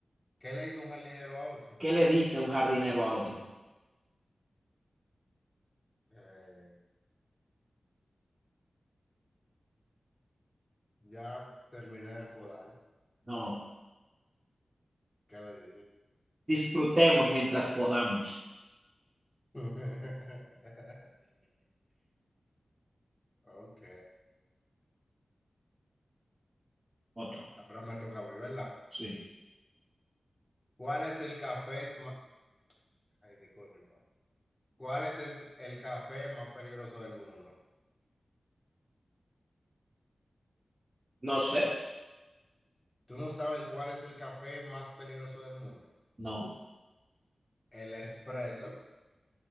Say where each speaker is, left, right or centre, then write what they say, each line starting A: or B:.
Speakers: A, on the left; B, on the right.
A: ¿Qué le hizo un jardinero a otro?
B: ¿Qué le dice un jardinero a otro?
A: Eh, ya terminé de podar.
B: No,
A: ¿Qué le dice?
B: disfrutemos mientras podamos.
A: <laughs> Ok.
B: Otro.
A: Ahora me toca a mí, ¿verdad?
B: Sí.
A: ¿Cuál es el café más... Ay, disculpa. ¿Cuál es el, el café más peligroso del mundo?
B: No sé,
A: Tú no sabes cuál es el café más peligroso del mundo.
B: no.
A: El espresso,